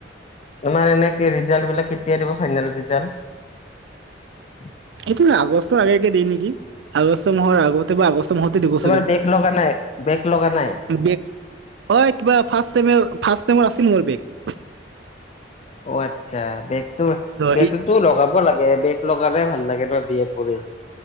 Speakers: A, on the left; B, on the right.
A: তোমাৰ এনে ৰিজাল্ট বিলাক কেতিয়া দিব ফাইনেল ৰিজাল্ট?
B: এইটো আগষ্টৰ আগে কে দিয়ে নেকি? আগষ্ট মাহৰ আগতে বা আগষ্ট মাহতে দিব
A: তোমাৰ
B: চাগে।
A: বেগ লগা নাই বেগ লগা নাই
B: হয় কিবা ফাৰ্ষ্ট চেমেৰ ফাৰ্ষ্ট চেমৰ আছিল মোৰ বেক।
A: অ আচ্ছা, বেকটো
B: হয়
A: বেকতোটো লগাব লাগে। বেক লগালে ভাল লাগে ধৰা বি এত পঢ়ি